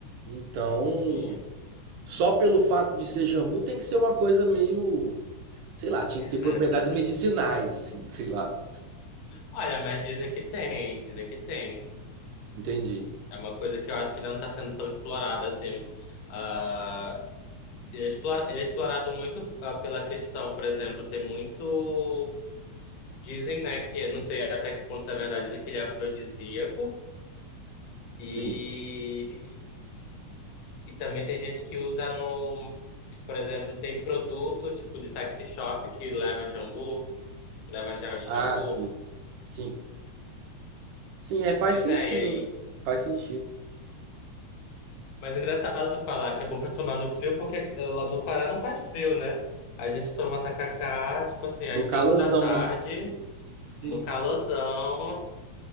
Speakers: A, on the right (about 85°); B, on the left (about 90°).
A: Então,
B: sim.
A: Só pelo fato de ser jambu tem que ser uma coisa meio, sei lá, tinha
B: <laughs>
A: que ter propriedades medicinais, assim, sei lá.
B: Olha, mas dizem que tem, dizem que tem.
A: Entendi.
B: É uma coisa que eu acho que ainda não está sendo tão explorada assim. Ah, ele é explora- ele é explorado muito ah, pela questão, por exemplo, tem muito. Dizem, né, que eu não sei até que ponto isso é verdade, dizem que ele é afrodisíaco. E,
A: Sim.
B: e também tem gente que usa no. Por exemplo, tem produto tipo de sexy shop que leva jambu, leva gel de
A: Ah,
B: jambu.
A: sim. Sim. Sim, é, faz
B: Pois
A: sentido,
B: é, e aí.
A: né? Faz sentido.
B: Mas é engraçado tu falar que é bom pra tomar no frio, porque aqui- lá no Pará não faz frio, né? A gente toma tacacá, tipo assim,
A: No
B: às
A: calorzão,
B: 5 da tarde,
A: né? Sim.
B: no calorzão,